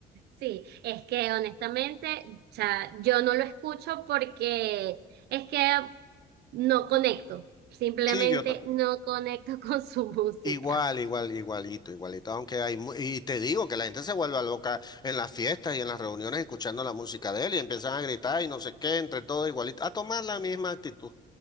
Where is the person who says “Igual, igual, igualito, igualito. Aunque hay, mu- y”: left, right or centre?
Left